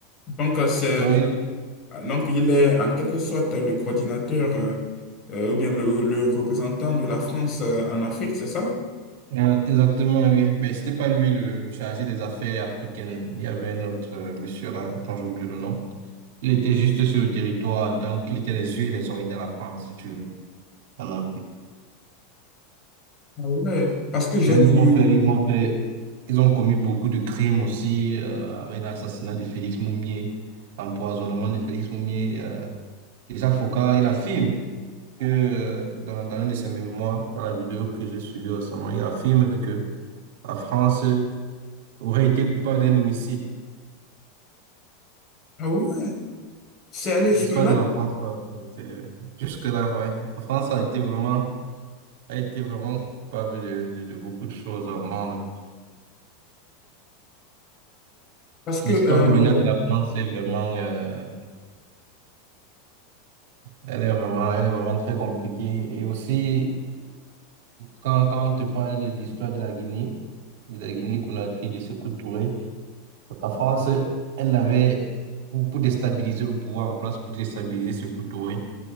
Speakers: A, on the left; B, on the right.
A: Donc, euh, c'est,
B: Donc,
A: du-
B: il-
A: donc, il est en quelque sorte le coordinateur euh, euh, ou bien le, le représentant de la France euh, en Afrique, c'est ça?
B: euh, exactement, oui. Mais c'était pas lui le chargé des affaires africaines. Il y avait un autre euh, monsieur là, dont j'ai oublié le nom. Il était juste sur le territoire en tant qu'il était les yeux et les oreilles de la France, si tu veux, en Afrique.
A: Ah ouais, parce que j'ai
B: Non, Ils
A: dû...
B: ont fait, ils ont fait, ils ont commis beaucoup de crimes aussi, euh, avec l'assassinat de Félix Moumier, l'empoisonnement de Félix Moumier. euh. Jacques Faucard, il affirme que euh, dans, dans un de ses mémoires, dans la vidéo que j'ai suivie récemment, il affirme que la France aurait été coupable d'un homicide.
A: Ah ouais, c'est allé jusque-là
B: L'histoire de la France, euh, c'est- euh, jusque-là, ouais. La France a été vraiment, a été vraiment coupable de, de- de beaucoup de choses avant, là.
A: parce que...
B: L'histoire
A: euh,
B: coloniale de la France est vraiment. euh, Elle est vraiment, elle est vraiment très compliquée. Et aussi, quand, quand on te parle de l'histoire de la Guinée, de la Guinée-Conakry, de Sékou Touré, la France, elle avait, pour, pour déstabiliser le pouvoir en place, pour déstabiliser Sékou Touré,